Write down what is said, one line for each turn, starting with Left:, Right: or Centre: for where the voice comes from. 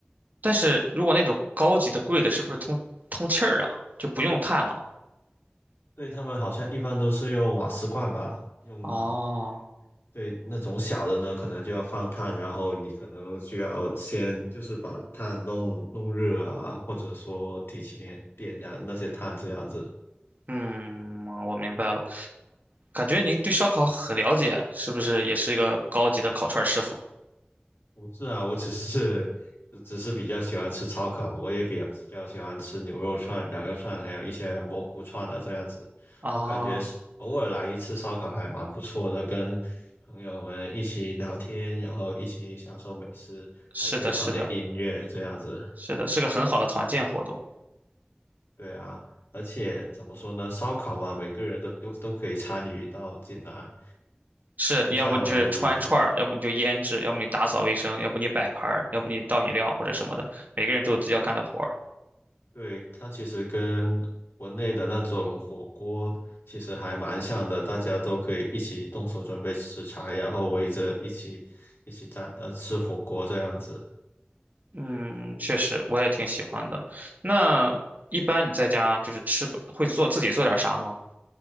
Right: 但是如果那种高级的贵的，是不是通通气儿啊？就不用炭了。
Left: 对，他们好像一般都是用瓦斯罐吧，用，
Right: 哦，
Left: 对，那种小的呢，可能就要放炭，然后你可能就要先就是把炭弄弄热啊，或者说提前点燃那些炭这样子，
Right: 嗯，我明白了。感觉你对烧烤很了解，是不是也是一个高级的烤串儿师傅？
Left: 不是啊，我只是只是比较喜欢吃烧烤，我也比较比较喜欢吃牛肉串、羊肉串，还有一些蘑菇串啊，这样子。
Right: 啊，
Left: 我感觉是偶尔来一次烧烤还蛮不错的，跟朋友们一起聊天，然后一起享受美食，
Right: 是的，
Left: 还可以放点音乐这样子。
Right: 是的，是的，是个很好的团建活动。
Left: 对啊，而且怎么说呢，烧烤嘛，每个人都都都可以参与到进来。
Right: 是你要不你就是穿串儿，
Left: 就像你
Right: 要不你就腌制，要不你打扫卫生，要不你摆盘儿，要不你倒饮料或者什么的，每个人都有自己要干的活儿。
Left: 对，它其实跟国内的那种火锅其实还蛮像的，大家都可以一起动手准备食材，然后围着一起一起在呃吃火锅这样子。
Right: 嗯，确实我也挺喜欢的。那一般你在家就是吃，会做自己做点啥吗？